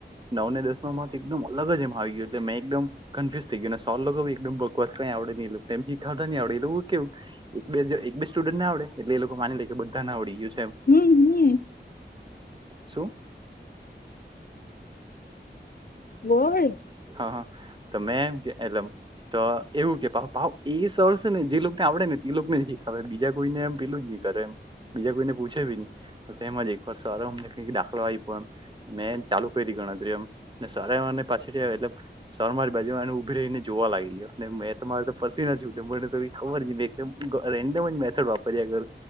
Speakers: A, on the right; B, on the left.
A: નવ ને દસ એકદમ અલગ જ એમ આવી ગયું મે એકદમ કન્ફ્યુઝ થઈ ગય અને સ એકદમ બકવાસ કઈ આવડે ન એ એમ શીખડતા નહ આવડે એલેું કેવું એક બે સ્ટુડન્ટ ને આવડે એટલે એ લોકો માની લે કે બધા ના આવડીય
B: હમ હમ
A: શું
B: હોય
A: હા હા તો મેં એમ કે એમ તો એવું કે ભાવ એ સરશે ને જે લોકોને આવડે ને એ લોકો ને હવે બીજા કોઈને એમ પેલું જ નહી કરે એમ બીજા કોઈનેૂછેી નહી તો એમાંજ એક વાર સરોમ કઈકાખ દા એ મે ચાલુ કરી ગણતરી એમ ને સરારને પાછી એટલે સ માં જ બાજુને ઉભી રહી ને જોવા લાગી ગયો મેં તમારે તો પછી ને તો ખબર જ રેન્ડમ જ મેડ વાપર્યાગર